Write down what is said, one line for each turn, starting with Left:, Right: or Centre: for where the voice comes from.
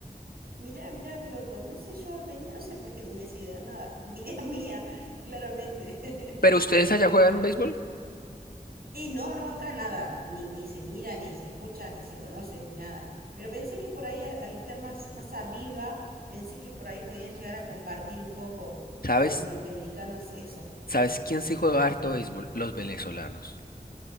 Right: Mirá, mirá, qué locos. No sé, yo tenía, no sé por qué tenía esa idea, nada. <laughs> Idea mía, claramente.
Left: Pero
Right: <laughs>
Left: ustedes allá juegan béisbol.
Right: Y no, no, acá nada, ni, ni se mira, ni se escucha, ni se conoce, ni nada. Pero pensé que por ahí, al, al estar más, más arriba, pensé que por ahí podían llegar a compartir un poco
Left: ¿Sabes?
Right: con los norteamericanos eso.
Left: ¿Sabes quién sí juega harto béisbol? Los venezolanos.